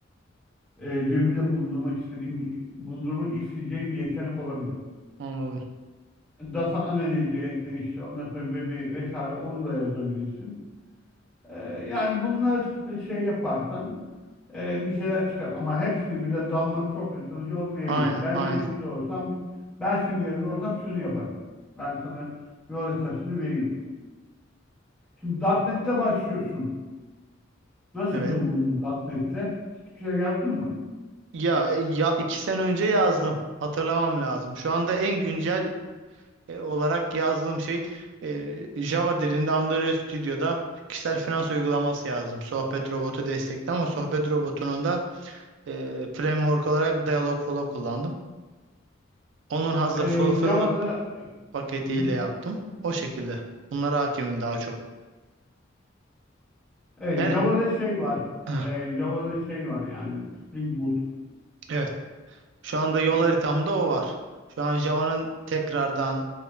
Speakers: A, in the centre; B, on the right (about 65°).
A: e, cebinde bulundurmak istediğim bir, bulundurmak isteyeceğim bir yetenek olabilir.
B: Anladım.
A: Data analizi, e, işte ondan sonra web'i vesaire onu da yazabilirsin. E, yani bunlar şey yaparsan e, bir şeyler çıkar. Ama hepsini birden dalmak çok akılcı olmayabilir.
B: Aynen,
A: Ben
B: aynen.
A: senin de olsam, ben senin yerinde olsam şunu yaparım. Ben sana yol haritasını vereyim. Şimdi .nokta .NET'le başlıyorsun. Nasıl
B: Evet.
A: durumun .nokta .NET'le? Hiçbir şey yazdın mı?
B: Ya, e, ya iki sene önce yazdım. Hatırlamam lazım. Şu anda en güncel e, olarak yazdığım şey e, Java dilinde Android Studio'da kişisel finans uygulaması yazdım. Sohbet robotu destekli ama sohbet robotunun da e, framework olarak Dialogflow kullandım. Onun hazır
A: E,
B: fulfillment
A: Java'da
B: paketiyle
A: Hı hı.
B: yaptım. O şekilde. Bunlara hakimim daha çok.
A: Evet,
B: Yani
A: Java'da şey var.
B: <clears throat>
A: Ee, Java'da şey var yani Spring Boot.
B: evet. Şu anda yol
A: Spring.
B: haritamda o var. Şu an Java'nın tekrardan